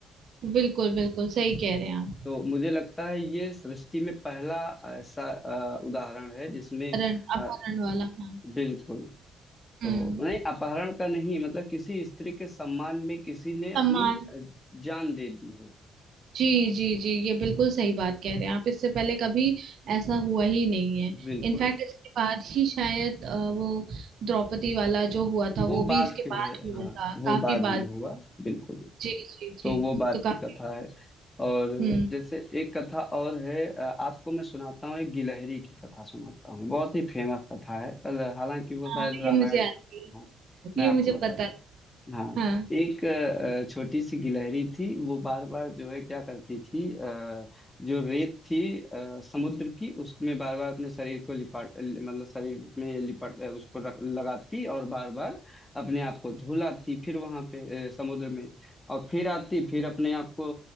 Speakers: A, on the right; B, on the left.
A: बिल्कुल बिल्कुल सही कह रहे हैं आप
B: तो मुझे लगता है ये सृष्टि में पहला ऐसा अ, उदाहरण है जिसमें
A: अपहरण अपहरण
B: अ,
A: वाला हाँ
B: बिल्कुल तो
A: हम्म
B: नहीं अपहरण का नहीं मतलब किसी स्त्री के सम्मान में किसी ने अपनी
A: सम्मान
B: अ, जान दे दी हो
A: जी जी जी ये बिल्कुल सही बात कह रहे हैं आप इससे पहले कभी ऐसा हुआ ही नहीं है
B: बिल्कुल
A: इनफैक्ट इसके बाद ही शायद अ, वो द्रौपदी वाला जो हुआ था
B: वो
A: वो
B: बाद
A: भी इसके
B: की
A: बाद
B: है
A: हुआ
B: हाँ
A: था
B: वो
A: काफी
B: बाद में
A: बाद
B: हुआ बिल्कुल बिल्कुल
A: जी जी जी
B: तो वो बाद
A: तो
B: की
A: काफी
B: कथा है और
A: हम्म
B: जैसे एक कथा और है अ, आपको मैं सुनाता हूँ एक गिलहरी की कथा सुनाता हूँ बहुत ही फेमस कथा है अल- हालांकि वो
A: हाँ
B: शायद रामायण
A: ये मुझे आती है
B: हाँ मैं
A: ये
B: आपको
A: मुझे
B: बताता
A: पता है
B: हूँ हाँ
A: हाँ
B: एक अ, छोटी सी गिलहरी थी वो बार बार जो है क्या करती थी अ, जो रेत थी अ, समुद्र की उसमें बार बार अपने शरीर को लिपाट मतलब शरीर में लिपाट उसको रख लगाती और बार बार अपने आप को धुलाती फिर वहां पे अ, समुद्र में और फिर आती फिर अपने आप को